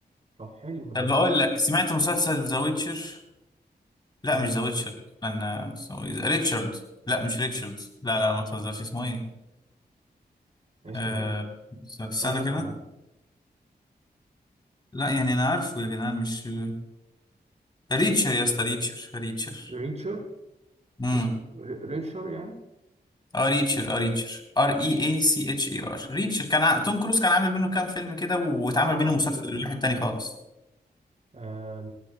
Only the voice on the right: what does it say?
طب حلو ده
آه
اسمه
ايه
قصدك
على
ريتشر
اسمه ري- ريتشر يعني
اه,
آه